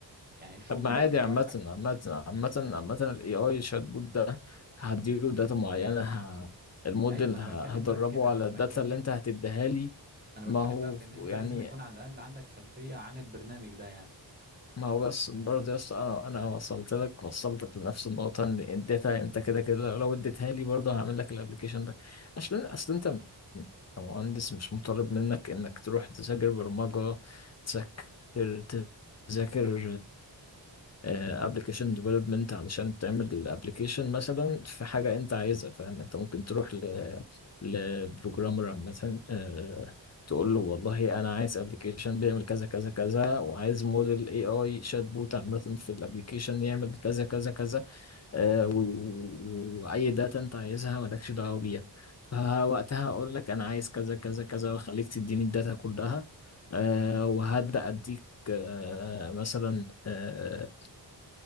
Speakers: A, on the right (about 20°); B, on the left (about 35°).
A: يعني الشغل
B: طب ما
A: اللي
B: عادي
A: هو اللي
B: عامة
A: هو الح...
B: عامة عامة عامة ال AI شات بوت ده هديله داتا معينة ه... الموديل
A: ايوه ما انا
B: ه...
A: بتكلم
B: هدربه
A: بقى في كده
B: على
A: انا
B: الداتا
A: بتكلم
B: اللي انت هتديها لي
A: انا بتكلم
B: ما هو
A: بقى في ان انت
B: يعني
A: لازم يكون على الاقل عندك خلفية عن البرنامج ده يعني
B: ما هو بس برضه يا اسطى انا انا وصلت لك وصلتك لنفس النقطه ان اديتها انت كده كده لو اديتها لي برضه هعمل لك الابلكيشن ده عشان اصل انت م- كمهندس مش مطالب منك انك تروح تذاكر برمجه تذاكر تذاكر ابلكيشن ديفلوبمنت علشان تعمل الابلكيشن مثلا في حاجه انت عايزها فاهم انت ممكن تروح ل لبروجرامر مثلا تقول له والله انا عايز ابلكيشن بيعمل كذا كذا كذا وعايز موديل اي اي شات بوت عامه في الابلكيشن يعمل كذا كذا كذا آه و- و- واي داتا انت عايزها مالكش دعوه بيها فوقتها اقول لك انا عايز كذا كذا كذا واخليك تديني الداتا كلها آه وهبدا اديك آه مثلا آه